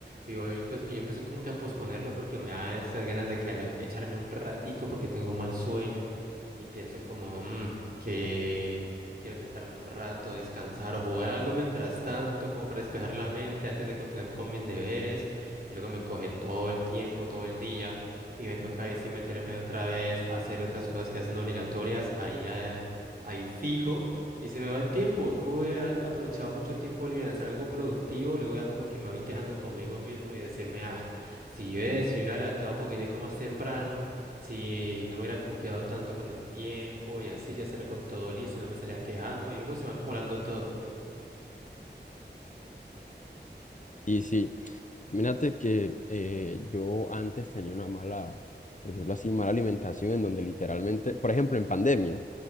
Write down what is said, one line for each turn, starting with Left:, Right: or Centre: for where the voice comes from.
Right: Y voy, pues, y empecé como que a posponerlo porque me da esas ganas de quedar, echarme un ratico porque tengo mal sueño y pienso como "Mm, que quiero sentarme un rato, descansar o jugar algo mientras tanto, como para despejar la mente antes de continuar con mis deberes. Y luego me coge todo el tiempo, todo el día y me toca ahí sí meterme otra vez a hacer otras cosas que hacen obligatorias ahí, ahí ahí fijo. Y se me va el tiempo. Pude haber aprovechado mucho tiempo libre en hacer algo productivo y luego ya como que me voy quejando conmigo mismo y decirme, ah, si yo, he- si yo hubiera levantado un poquitico más temprano, si no hubiera confiado tanto con el tiempo y así ya será con todo listo y no me estaría quejando y luego se va acumulando todo.
Left: Y sí, mírate que eh, yo antes tenía una mala, por decirlo así, mala alimentación en donde literalmente, por ejemplo, en pandemia,